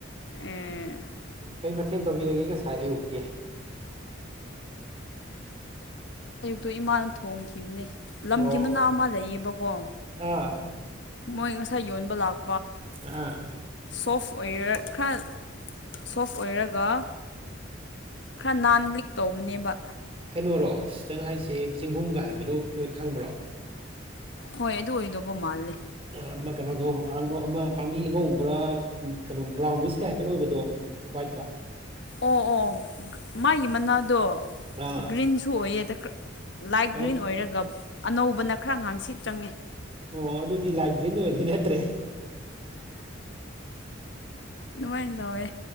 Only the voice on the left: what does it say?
ꯑꯦ
ꯑꯣ ꯏꯃꯥꯅ ꯊꯣꯡꯈꯤꯕꯅꯦ
ꯂꯝꯒꯤ ꯃꯅꯥ ꯑꯃ ꯂꯩꯌꯦꯕꯀꯣ
ꯃꯣꯏ ꯉꯁꯥꯏ ꯌꯣꯟꯕ ꯂꯥꯛꯄ
ꯁꯣꯐꯋꯦꯌꯔ ꯈꯔ ꯁꯣꯐ ꯑꯣꯏꯔꯒ ꯈꯔ ꯅꯥꯟ ꯂꯤꯛ ꯇꯧꯕꯅꯦꯕ
ꯍꯣꯏ ꯑꯗꯨ ꯑꯣꯏꯗꯧꯕ ꯃꯥꯜꯂꯦ
ꯑꯣ ꯑꯣ ꯃꯥꯒꯤ ꯃꯅꯥꯗꯣ
ꯒ꯭ꯔꯤꯟꯁꯨ ꯑꯣꯏꯑꯦꯗ ꯂꯥꯏꯠ
ꯒ꯭ꯔꯤꯟ ꯑꯣꯏꯔꯒ ꯑꯅꯧꯕꯅ ꯈꯔ ꯉꯥꯡꯁꯤꯜ ꯆꯪꯉꯦ
ꯑꯗꯨꯃꯥꯏꯅ ꯇꯧꯋꯦ